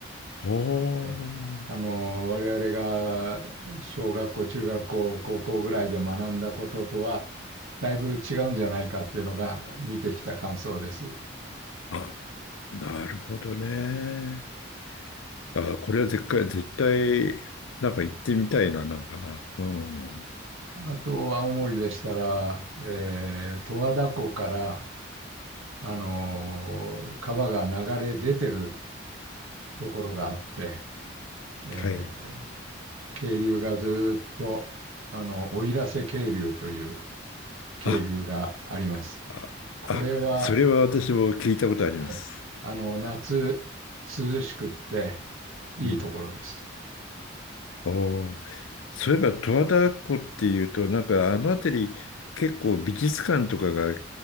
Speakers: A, on the left; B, on the right.
A: おお。
B: ええあの、我々が小学校、中学校、高校ぐらいで学んだこととは、だいぶ違うんじゃないかっていうのが見てきた感想です。
A: あ、なるほどね。あ、これは絶対、絶対、なんか行ってみたいな、なんかな。うん。
B: あと、青森でしたら、えー、十和田湖から、あの、川が流れ出てるところがあって、えー、
A: はい。
B: 渓流がずーっと、あの、奥入瀬渓流という渓流があります。
A: あ、あ、
B: これは、
A: あ、それは私も聞いたことあります。
B: ええあの、夏、涼しくって、いいところです。
A: うん。おーそういえば十和田湖っていうと、なんかあの辺り結構美術館とかが